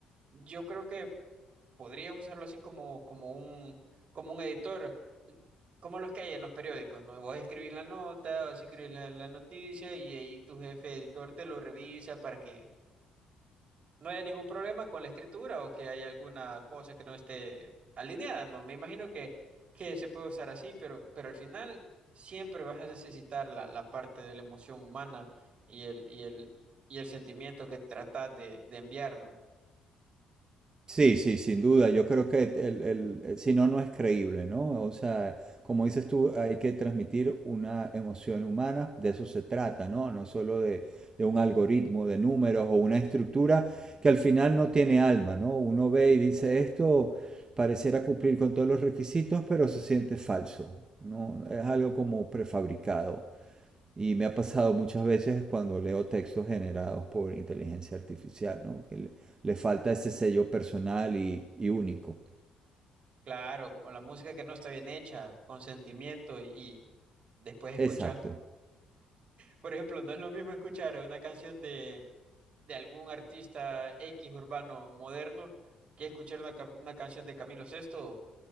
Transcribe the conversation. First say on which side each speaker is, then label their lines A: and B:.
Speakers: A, on the right (about 50°); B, on the right (about 30°).
A: yo creo que podrías usarlo así como, como un, como un editor, como los que hay en los periódicos, ¿no? Vos escribís la nota, vos escribís la, la noticia y ahí tu jefe editor te lo revisa para que no haya ningún problema con la escritura o que haya alguna cosa que no esté alineada. No, me imagino que, que se puede usar así, pero, pero al final siempre vas a necesitar la, la parte de la emoción humana y el, y el, y el sentimiento que tratas de, de enviar, ¿no?
B: Sí, sí, sin duda. Yo creo que el, el- el- si no, no es creíble, ¿no? O sea, como dices tú, hay que transmitir una emoción humana, de eso se trata, ¿no? No solo de, de un algoritmo de números o una estructura que al final no tiene alma, ¿no? Uno ve y dice, esto pareciera cumplir con todos los requisitos, pero se siente falso, ¿no? Es algo como prefabricado. Y me ha pasado muchas veces cuando leo textos generados por inteligencia artificial, ¿no? Que le, le falta ese sello personal y, y único.
A: Claro, como la música que no está bien hecha, con sentimiento y, y después escuchar.
B: Exacto,
A: Por ejemplo, no es lo mismo escuchar una canción de, de algún artista X urbano moderno que escuchar una, cam- una canción de Camilo VI